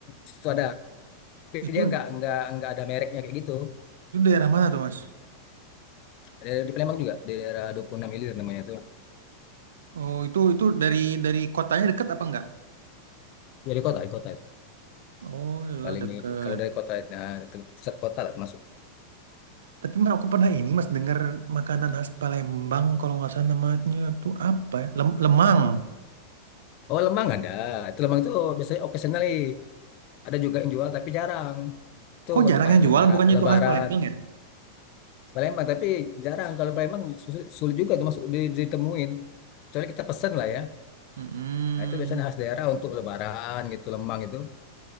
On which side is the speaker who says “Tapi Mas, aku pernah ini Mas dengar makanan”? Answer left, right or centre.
Right